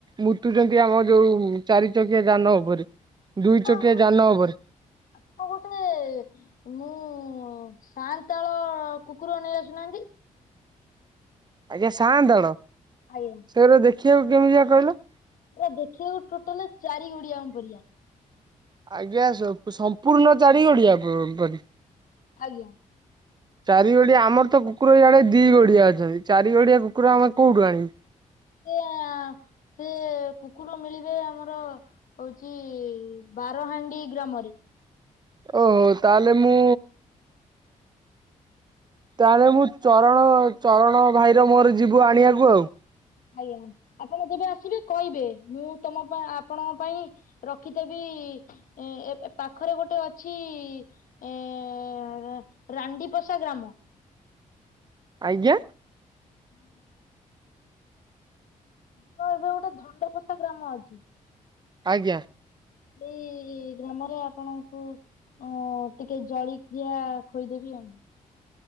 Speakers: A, on the right (about 30°); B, on the left (about 70°).
A: ମୁତୁଛନ୍ତି ଆମ ଯୋଉ ଚାରି ଚକିଆ ଯାନ ଉପରେ
B: <inaudible>
A: ଦୁଇ
B: ଆପଣ
A: ଚକିଆ ଯାନ ଉପରେ
B: ଗୋଟେଏ-ଏ ମୁଁ ସାନ୍ତାଳ କୁକୁର ନେଇ ଆସୁନାହାନ୍ତି।
A: ଆଜ୍ଞା ସାଆନ୍ତାଳ,
B: ଆଜ୍ଞା
A: ସେଗୁରା ଦେଖିବାକୁ କେମିତିଆ କହିଲ?
B: ଆରେ ଦେଖିବାକୁ ଟୋଟାଲି ଚାରି ଗୋଡିଆଙ୍କ ପରିଆ
A: ଆଜ୍ଞା ସ ସମ୍ପୂର୍ଣ୍ଣ ଚାରି ଗୋଡିଆ ପ-ପରି
B: ଆଜ୍ଞା।
A: ଚାରି ଗୋଡିଆ ଆମର ତ କୁକୁର ଇଆଡେ ଦି ଗୋଡିଆ ଅଛନ୍ତି, ଚାରି ଗୋଡିଆ କୁକୁର ଆମେ କୋଉଠୁ ଆଣିବୁ?
B: ହ <inaudible> ସେଏ-ଏ-ଏ ସେ କୁକୁର ମିଳିବେ ଆମର ହଉଛି ବାର <inaudible> ହାଣ୍ଡି ଗ୍ରାମରେ।
A: ଓହୋଃ ତାହେଲେ ମୁଁ ତାହେଲେ ମୁଁ ଚରଣ ଚରଣ ଭାଇର ମୋର ଯିବୁ ଆଣିବାକୁ ଆଉ।
B: ଆଜ୍ଞା, ଆପଣ ଯେବେ ଆସିବେ କହିବେ? ମୁଁ ତମ ପାଇଁ ଆପଣଙ୍କ ପାଇଁ ରଖିଥେବି ଏ ପାଖରେ ଗୋଟେ ଅଛି, ଏ-ଏଁ ରାଣ୍ଡି ପୋସା ଗ୍ରାମ
A: ଆଜ୍ଞା?
B: ହୁଁ <inaudible> ଆମର ଏବେ ଗୋଟେ, ଧଣ୍ଡକୋଷା ଗ୍ରାମ ଅଛି।
A: ଆଜ୍ଞା।
B: ଏଇ-ଇ ଇ ଗ୍ରାମରେ ଆପଣଙ୍କୁ ଅ, ଟିକେ ଜଳିଖିଆ ଖୋଇଦେବି ଆଉ